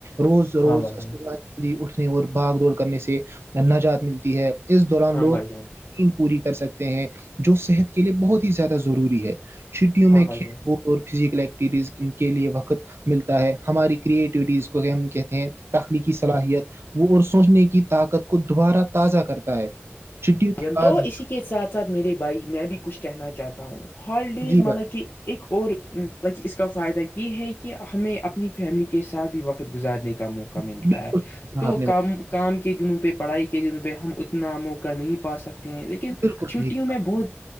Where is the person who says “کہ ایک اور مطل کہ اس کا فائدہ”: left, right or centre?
Left